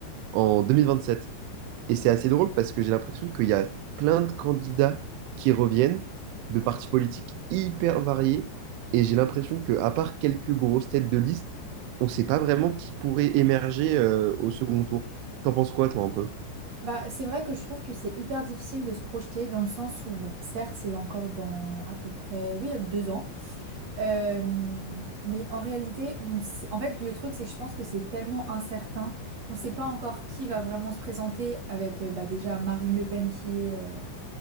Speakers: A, on the right; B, on the right.
A: en 2027. Et c'est assez drôle parce que j'ai l'impression qu'il y a plein de candidats qui reviennent de partis politiques hyper variés. Et j'ai l'impression que, à part quelques grosses têtes de liste, on ne sait pas vraiment qui pourrait émerger euh, au second tour. T'en penses quoi, toi, un peu?
B: Bah, c'est vrai que je trouve que c'est hyper difficile de se projeter dans le sens où, bon, certes, c'est encore dans à peu près, oui, deux ans, euh, mais en réalité, on sait- en fait, le truc, c'est que je pense que c'est tellement incertain, on ne sait pas encore qui va vraiment se présenter avec, euh, bah, déjà Marine Le Pen qui est, euh,